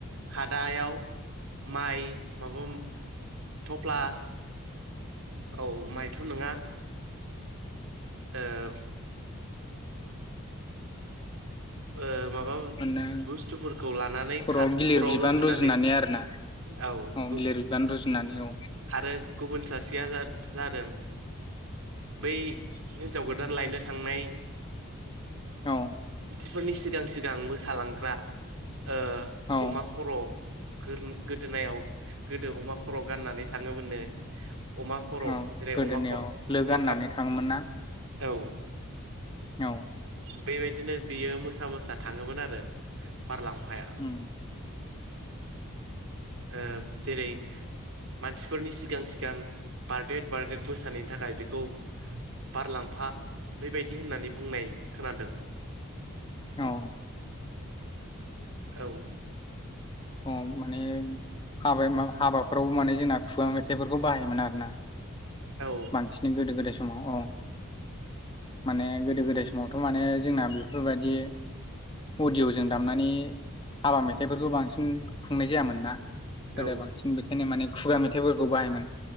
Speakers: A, on the right; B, on the left.
A: खादा याव माइ माबाम थफ्ला औ माइथ' नोङा औ ओ माबाब
B: ओरैनो
A: बुस्थुफोरखौ लानानै
B: खर'आव
A: खाद
B: गिलिर
A: खर'वाव
B: बिबान
A: रुजुननानै
B: रुजुनानै आरोना
A: औ गु
B: गिलिर बिबान रुजुनानै औ
A: आरो गुबुन सास सेया जाद जादों बै हिन्जाव गोदान लायनो थांनाय
B: औ
A: फोरनि सिगां सिगां मोसालांग्रा ओ
B: औ
A: अमा खर' गोरन गोदोनायाव गोदो अमा खर' गाननानै थाङोमोननो अमा खर'
B: औ
A: जेरै
B: गोदोनायाव
A: अमा कप
B: लो
A: अमा
B: गाननानै
A: काप
B: थाङोमोन ना
A: औ
B: औ
A: बेबायदिनो बियो मोसा मोसा थाङोमोन आरो बारलांफाया
B: ओम
A: ओब जेरै मानसिफोरनि सिगां सिगां बार्डेड बार्डेड मोसानायनि थाखाय बेखौ बारलांफा बेबायदि होननानै बुंनाय खोनादों
B: औ
A: औ
B: अ माने हाबाया मा हाबा रावबो माने जोंना खुवा मेथाइफोरखौ बाहायोमोन आरो ना ।
A: औ
B: बांसिनै गोदो गोदाय समाव औ माने गोदो गोदाय समावथ' माने जोंना बेफोरबायदि अदिय'जों दामनानै हाबा मे थाइफोरखौ बांसिन खुंनाय जायामोन ना गोदो
A: औ
B: बांसिन बेखायनो माने खुगा मेथाइफोरखौ बाहायोमोन